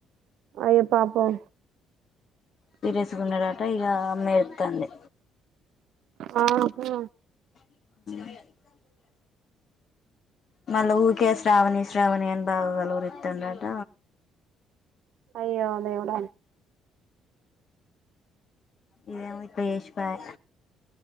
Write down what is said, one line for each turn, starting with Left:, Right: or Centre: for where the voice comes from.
Right: అయ్యో పాపం
Left: పిరేసుకున్నాడట ఇక అమ్మే చెపుతుంది
Right: ఆహా
Left: <unintelligible> మళ్ళ ఊకే శ్రావణి శ్రావణి అన్ బాగా కలవరిత్తందట
Right: అయ్యో దేవుడా
Left: ఇదేమో ఇట్ల చేసి పాయ్